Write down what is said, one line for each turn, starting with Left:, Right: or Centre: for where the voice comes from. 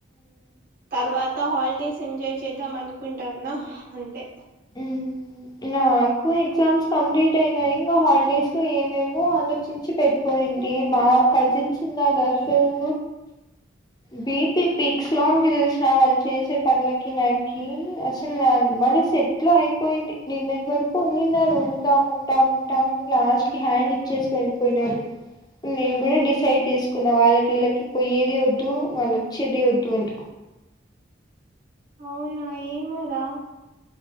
Right: తర్వాత హాలిడేస్ ఎంజాయ్ చేద్దాం అనుకుంటాన్న అంతే.
Left: ఊమ్. నాకు ఎగ్జామ్స్ కంప్లీట్ అయినాయి ఇంగ హాలిడేస్ లో ఏమేమో ఆలోచించి పెట్టుకోని. అండి మా కజిన్స్ ఉన్నాడు అసలు బిపీపీక్స్ లో తెలిసిన వాళ్ళు చేసే పనులకి నాకి అసలు నా మళ్ళీ సెట్ ఎట్లొ లో అయిపోయింది నిన్నటి వరకు ఉండిన్యారు ఉంటాం ఉంటాం ఉంటాం అని లాస్ట్ కి హ్యాండ్ ఇచ్చేసి వె వేల్పోయినరు నేను కూడా డిసైడ్ చేస్ కున్న వాళ్ళకి ఈళ్ళకి పోయేది వద్దు వాళ్ళోచ్చేది వద్దు అని
Right: అవునా ఏమో రా